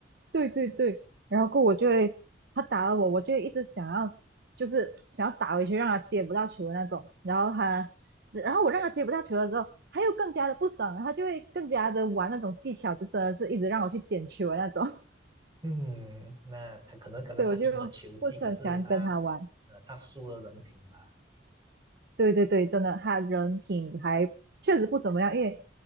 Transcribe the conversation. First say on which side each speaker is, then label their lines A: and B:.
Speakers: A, on the right (about 55°); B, on the right (about 20°).
A: 对对对。然后过我就会，他打了我，我就一直想要，就是想要打回去，让他接不到球的那种。然后他，然后我让他接不到球的时候，他又更加的不爽，然后他就会更加的玩那种技巧，就真的是一直让我去捡球的那种。<laughs>
B: 嗯，那他可能可能他赢了球技，
A: 所以我就不是很喜欢跟他玩。
B: 可是他呃他输了人品吧。
A: 对对对，真的，他人品还确实不怎么样，因为